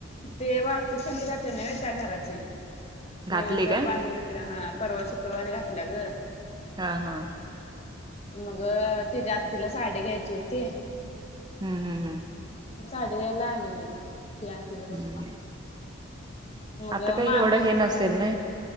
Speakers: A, on the left; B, on the right.
A: ते वास्तूक शांती घातल्या नव्हे त्या घराची,
B: घातली
A: नवीन घर
B: काय
A: बांधले तिकडे हा. परवा शुक्रवारी घातल्या गं.
B: हा हा,
A: मग तिच्या आत्तीला साडी घ्यायची होती.
B: हम्म हम्म हम्म.
A: साडी घ्यायला आलेले ती आणि तिचं
B: हम्म
A: पप्पा. मग
B: आता काही
A: मामी
B: एवढं हे नसेल ना